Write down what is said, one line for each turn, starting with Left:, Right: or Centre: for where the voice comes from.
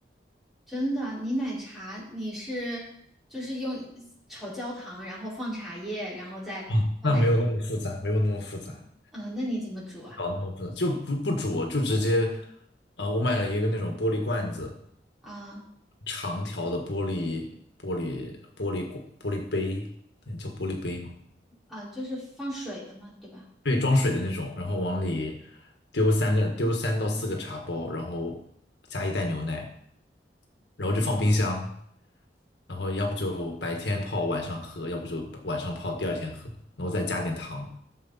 Centre: 真的。你奶茶你是就是用炒焦糖，然后放茶叶，然后再放奶，
Left: <laughs> 那没有那么复杂，没有那么复杂，
Centre: 嗯、那你怎么煮啊？
Left: 不搞那么复杂，就不不煮，就直接，呃，我买了一个那种玻璃罐子，
Centre: 啊
Left: 长条的玻璃玻璃玻璃玻璃杯，那叫玻璃杯吗？
Centre: 啊，就是放水的嘛，对吧？
Left: 对，装水的那种，然后往里丢三个，丢三到四个茶包，然后加一袋牛奶，然后就放冰箱，然后要不就白天泡晚上喝，要不就晚上泡第二天喝，然后再加点糖，